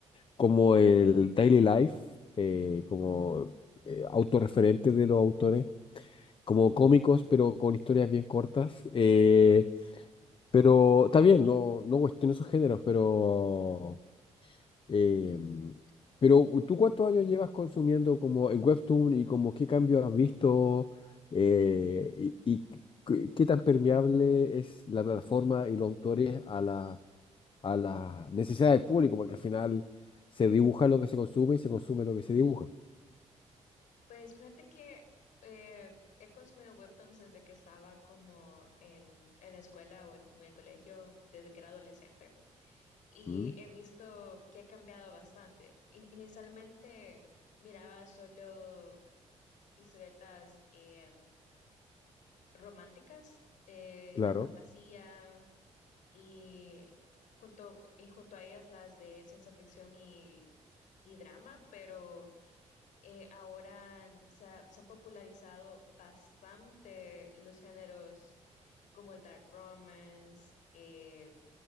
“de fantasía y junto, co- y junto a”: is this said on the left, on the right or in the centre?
Left